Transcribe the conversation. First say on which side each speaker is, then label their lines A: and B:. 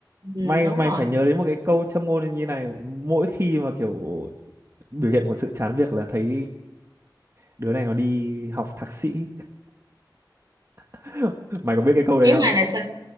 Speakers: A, on the right; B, on the right.
A: ừm,
B: may
A: đúng
B: may
A: rồi
B: phải nhớ đến một cái câu châm ngôn như này mỗi khi mà kiểu biểu hiện của sự chán việc là thấy đứa này nó đi học thạc sĩ <laughs> mày có biết cái câu đấy
A: ý
B: không
A: mày là sao